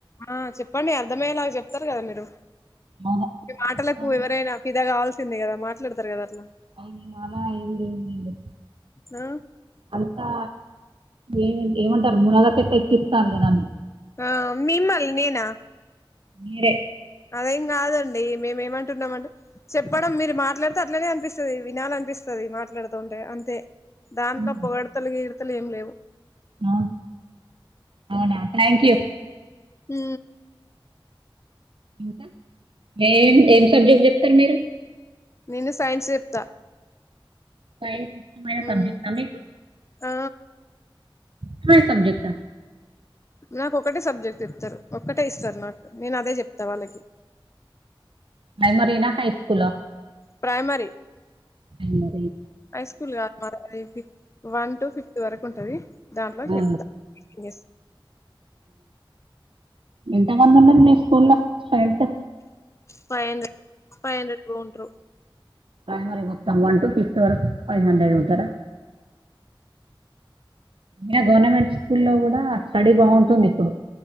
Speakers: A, on the left; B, on the right.
A: ఆ చెప్పండి అర్థమయ్యేలాగా చెప్తారు కదా మీరు
B: అవును.
A: మీ మాటలకు
B: చెప్తాను.
A: ఎవరైనా పిదా కావాల్సిందే కదా మాట్లాడతారు కదా అట్లా
B: అయ్యో అలా ఏం లేదు లెండి
A: ఆ
B: అంతా ఏ ఏమంటారు ములాగా చెట్ట ఎక్కిస్తాండ్లు నన్ని
A: ఆ మిమ్మల్ని నేనా
B: మీరే
A: అదేం కాదండి మేమ ఏమంటున్నాం అంటే చెప్పడం మీరు మాట్లాడితే అట్లనే అనిపిస్తది వినాల అనిపిస్తది తది మాట్లాడుతూ ఉంటే అంతే దాంట్లో
B: హ్మ్.
A: పొగడతలు గీడతలు ఏం లేవు
B: అవును అవునా థ్యాంక్ యూ
A: ఊ
B: ఇంకా ఏం ఏం సబ్జెక్ట్ చెప్తరు మీరు
A: నేను సైన్స్ చెప్తా
B: సైన్స్ ఇష్టమైన సబ్జెక్ట్
A: ఉమ్
B: ఆ మీకు
A: ఆ
B: ట్రై సబ్జెక్ట
A: నాకు ఒక్కటే సబ్జెక్ట్ చెప్తారు ఒక్కటే ఇస్తారు నాకు నేను అదే చెప్తా వాళ్ళకి
B: ప్రైమరీనా హై స్కూల్
A: ప్రైమారి
B: ఐమో
A: హై స్కూల్ కాదు మాది three fif one to fifth వరకు ఉంటది దాంట్లో
B: ఆ!
A: చెప్తా ఎస్
B: ఎంత మంది ఉన్నారు మీ స్కూల సైడ్ తె
A: five hundred five hundred above ఉంట్రు
B: అదే మరి మొత్తం వన్ టు ఫిఫ్త్ వరకు ఫైవ్ హండ్రెడ్ ఉంటర ఇగ గవర్నమెంట్ స్కూలో కూడా స్టడీ బాగుంటుంది ఇప్పుడు